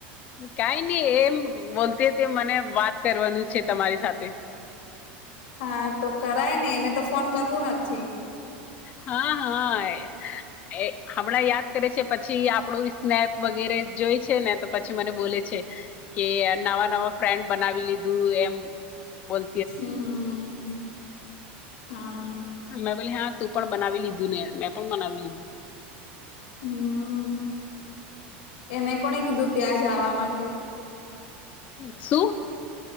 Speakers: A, on the left; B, on the left.
A: કાઈની એ એમ બોલતી હતી મને વાત કરવાનું છે તમારી સાથે
B: હા તો કરાય ને એને તો ફોન કરવું નથી.
A: હા હા એ. એ હમણાં યાદ કરે છે પછી આપણું સ્નેપ વગેરે જોય છે ને તો પછી મને બોલે છે. કે નવા નવા ફ્રેન્ડ બનાવી લીધું એમ બોલ
B: હમ્મ.... હા.
A: મેં બોલી હા તું પણ બનાવી લીધું ને મેં પણ બનાવી લીધું.
B: હમ્મ, એને કોણે કીધું ત્યાં જાવા માટે
A: શું?